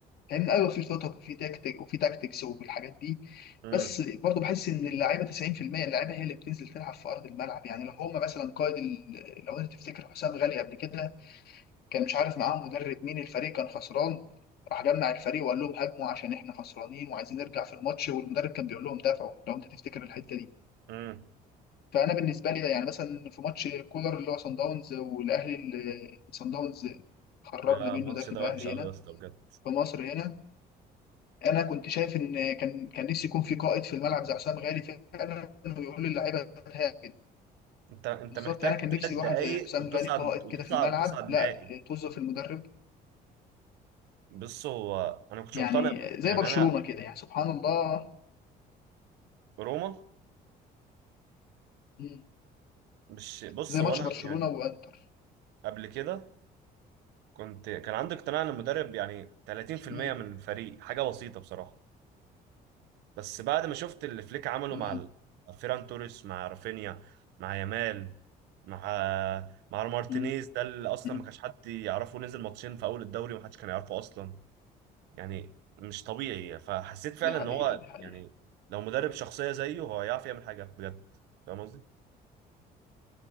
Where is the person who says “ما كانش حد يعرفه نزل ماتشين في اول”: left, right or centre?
Right